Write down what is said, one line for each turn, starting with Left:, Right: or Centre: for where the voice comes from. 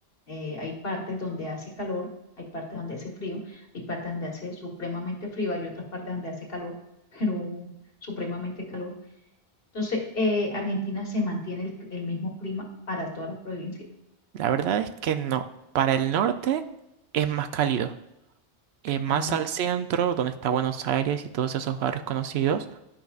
Left: eh, hay partes donde hace calor, hay partes donde hace frío, hay partes donde hace supremamente frío, hay otras partes donde hace calor, <laughs> pero supremamente calor. Entonces, eh, Argentina se mantiene el, el mismo clima para todas las provincias.
Right: la verdad es que no. Para el norte es más cálido. Eh, más
Left: Ah,
Right: al centro, donde está Buenos Aires y todos esos barrios conocidos,